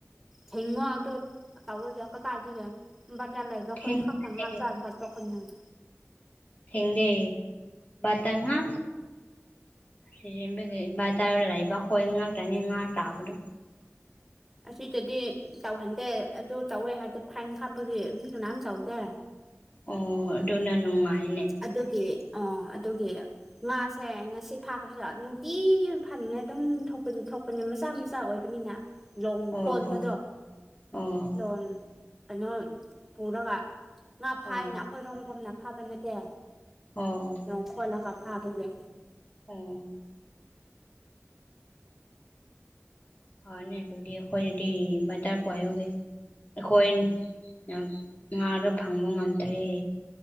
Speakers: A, in the centre; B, on the left (about 35°).
A: ꯍꯉꯣ ꯑꯗꯨ ꯑꯗꯨꯣ ꯇꯧꯔ ꯌꯥꯎ ꯀꯠꯇ ꯍꯥꯏꯗꯒꯦ ꯕꯥ ꯇꯥ ꯂꯥꯏꯕ
B: ꯊꯦꯡꯗꯦ
A: ꯈꯣꯏ ꯈꯥꯛ ꯊꯉ ꯆ ꯍꯥꯏ ꯀꯥꯇꯈꯅꯅ
B: ꯊꯦꯡꯗꯦ ꯇꯇꯔ ꯁꯤ ꯇ ꯂꯥꯏꯕ ꯈꯣꯏ ꯇꯅꯤ ꯇꯥꯕꯨꯅꯣ
A: ꯑꯁꯤꯗꯗꯤ ꯇꯧꯍꯟꯗꯦ ꯑꯗꯨ ꯇꯧꯋꯦ ꯍꯥꯏꯗꯤꯦ ꯐꯥꯏꯟ ꯀꯥꯞꯄꯒꯤ ꯃꯤ ꯀꯅꯥꯝ ꯆꯥꯎꯗꯦ
B: ꯑꯣ ꯑꯗꯨꯣꯅꯅꯅꯨꯡꯥꯏꯅꯦ
A: ꯑꯗꯨꯒꯤ ꯑ ꯑꯗꯨꯒꯤ ꯉꯥꯁꯦ ꯉꯁꯤ ꯐꯥꯈ꯭ꯔꯁꯨ ꯅꯨꯡꯇꯤ ꯐꯥꯅꯤꯡꯅ ꯑꯗꯨꯝ ꯊꯣꯛꯄꯗꯤ ꯊꯣꯛ ꯄꯅ ꯃꯆꯥ ꯃꯆꯥ ꯑꯣꯏꯕꯅꯤꯅ ꯂꯣꯡ
B: ꯑꯣ
A: ꯈꯣꯟꯕꯗꯣ
B: ꯍꯣ ꯑꯣ
A: ꯂꯣꯡ ꯀꯩꯅꯣ ꯄꯨꯔꯒ ꯉꯥ ꯐꯥꯏꯅ
B: ꯑꯣ
A: ꯑꯩꯈꯣꯏꯔꯣꯝ ꯀꯝꯅ ꯐꯥꯕ ꯅꯠꯇꯦ
B: ꯑꯣ
A: ꯂꫭꯡ ꯈꯣꯜꯂꯒꯥ ꯐꯥꯕꯒꯤ
B: ꯎꯝ ꯍꯅꯦ ꯑꯗꯨꯗꯤ ꯑꯩꯈꯣꯏꯗꯤ <unintelligible> ꯑꯩꯈꯣꯏꯟꯅ ꯉꯥꯗꯣ ꯐꯪꯕ ꯉꯝꯗ꯭ꯔꯦ